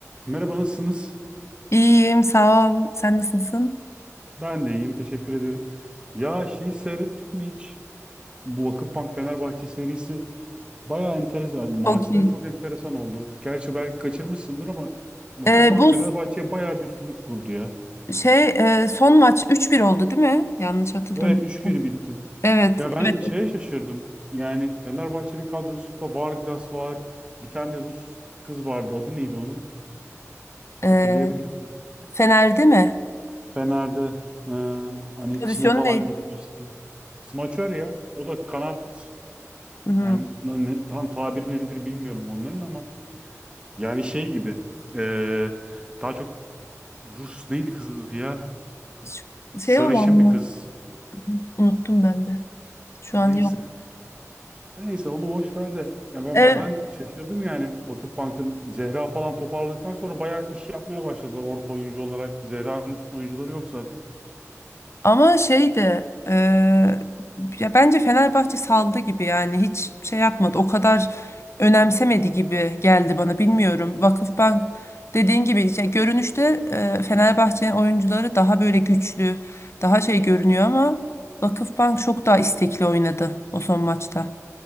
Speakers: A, on the right; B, on the left.
A: Merhaba nasılsınız?
B: İyiyim, sağ ol. Sen nasılsın?
A: Ben de iyiyim teşekkür ederim. Ya şeyi seyrettin mi hiç? Bu Vakıfbank Fenerbahçe serisi bayağı enteresan. Maçları
B: Çok iyi.
A: çok enteresan oldu. Gerçi belki kaçırmışsındır ama Vakıfbank
B: Ee, bu
A: Fenerbahçe'ye bayağı bir üstünlük kurdu ya.
B: şey e, son maç üç bir oldu değil mi? Yanlış hatırlamıyorum.
A: Evet üç 1 bitti.
B: Evet.
A: Ya ben
B: Evet.
A: şeye şaşırdım. Yani Fenerbahçe'nin kadrosunda Vargas var. Bir tane Rus kız vardı. Adı neydi onun?
B: Ee,
A: Hatırlayabildim mi?
B: Fener'de mi?
A: Fener'de e, hani
B: Pozisyon
A: Çin'e falan
B: neydi?
A: gitmişti. Smaçör ya. O da kanat
B: Hmm.
A: Yani na- ne- tam tabir nedir bilmiyorum onların ama yani şey gibi eee, daha çok Rus neydi kızın adı ya?
B: Ş-
A: Sarışın
B: Şey olan mı?
A: bir kız.
B: Unuttum ben de. Şu
A: Neyse.
B: an yok.
A: Neyse onu boş ver de ya ben
B: Ee,
A: ben şaşırdım yani Vakıfbank'ın Zehra falan toparladıktan sonra bayağı iş yapmaya başladılar orta oyuncu olarak. Zehra'nın üstün oyuncuları yok zaten.
B: Ama şey de eee, ya bence Fenerbahçe saldı gibi yani hiç şey yapmadı. O kadar önemsemedi gibi geldi bana bilmiyorum. Vakıfbank dediğin gibi ya görünüşte eee Fenerbahçe'nin oyuncuları daha böyle güçlü, daha şey görünüyor ama Vakıfbank çok daha istekli oynadı o son maçta.